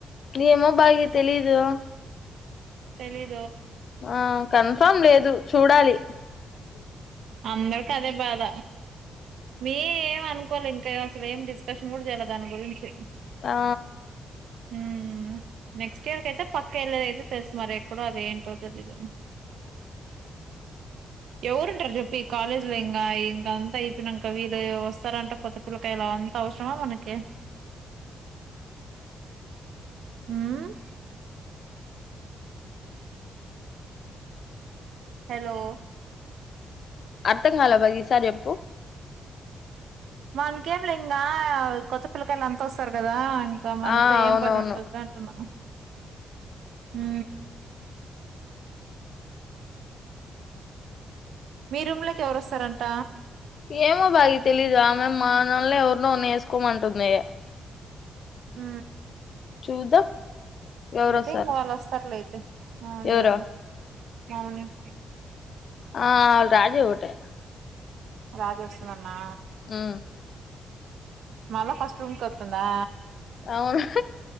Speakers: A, on the left; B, on the right.
A: ఏమో భాగి తెలీదు
B: తెలీద్
A: ఆ కన్ఫామ్ లేదు చూడాలి అది
B: అందర్కి అదే బాధ మీ ఏం అనుకోలె ఇంక అసలు ఏం డిస్కషన్ కూడ చేయాల దాని గురించి
A: ఆ
B: ఉమ్ నెక్స్ట్ ఇయర్ కయితే పక్కా వెళ్ళద అయితే తెలుసు మరి ఎక్కడో అది ఏంటో అవుతుంది ఇద ఎవరుంటారు చెప్పి ఈ కాలేజ్ లో ఇంకా ఇంకా అంతా ినక వీళ్ళు వస్తారంటే కొత్త పిల్లకాయల అంత అవసరమా మనకి ఉమ్ హెలో
A: అర్థం కాల బాగిసా చెప్పు
B: వాల్లకేం లే ఇంగా కొత్త పిల్లకాయలు అంత వస్తారు కదా ఇంక మనతో
A: ఆ అవునవును
B: ఏం పని ఉంటది అంటున్నాం హు మీ రూమ్లోకి ఎవరొస్తారంట
A: ఏమో బాగా తెలీదు ఆమె మానల్ని ఎవరినో వేసుకోమంటుంది
B: ఆ
A: చూద్దాం ఎవరోస్తారు
B: అయితే ఇంక వాళ్ళు వస్తార్లేయితే పావని
A: ఎవరో
B: వాళ్ళు మాౌని మ్
A: ఆ రాజు ఒకటే
B: రాజొస్తుందన్నా
A: ఉమ్
B: మళ్ళ ఫస్ట్ రూమ్కి వస్తుందా
A: అవును